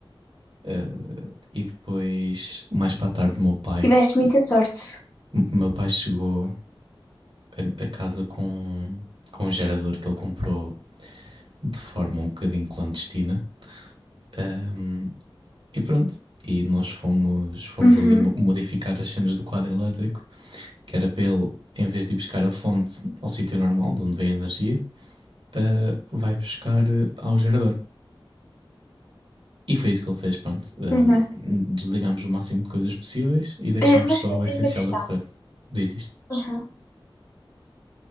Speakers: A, on the right; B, on the left.
A: Eh, e depois, mais para a tarde, o meu pai.
B: Tiveste muita sorte.
A: O meu pai chegou a, a casa com, com um gerador que ele comprou de forma um bocadinho clandestina. Ahm, E pronto. E nós fomos, fomos
B: Uhum.
A: ali mo- modificar as cenas do quadro elétrico, que era para ele, em vez de ir buscar a fonte ao sítio normal, de onde vem a energia, ah, vai buscar ah, ao gerador. E foi isso que ele fez, pronto. Ah,
B: Uhum.
A: desligámos o máximo de coisas possíveis e deixámos
B: Eh, mas
A: só
B: eu
A: o
B: tenho
A: essencial
B: uma questão.
A: a correr. Diz isto.
B: Uhum.